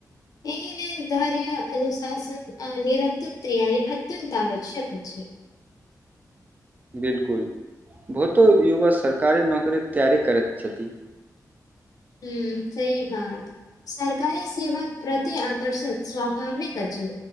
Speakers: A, on the left (about 60°); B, on the right (about 25°).
A: एहि लेल धार्य अनुशासन निरन्तत तैयरी अत्यन्त आवश्यक अछि
B: बिल्कुल बहुतो युवा सरकारी नौकरीके तैयारी करैत छथि
A: ह्म सही बात सरकारी सेवा प्रति आकर्षण स्वभाविक अछि